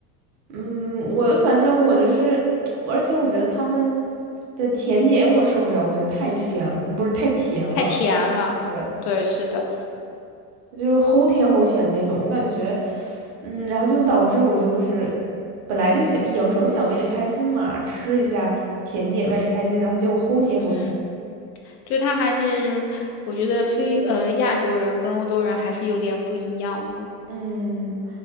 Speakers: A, on the right; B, on the left.
A: 嗯，我反正我就是，而且我觉得他们的甜点我受不了，我觉得太咸，不是太甜了，
B: 太甜了，
A: 对，
B: 对，是的，
A: 就齁甜齁甜的那种，我感觉，嗯，然后就导致我就是本来就想有时候想为了开心嘛，吃一下甜点为了开心，然后结果齁甜齁甜，
B: 嗯，嗯，对，他还是我觉得非呃亚洲人跟欧洲人还是有点不一样的，
A: 嗯，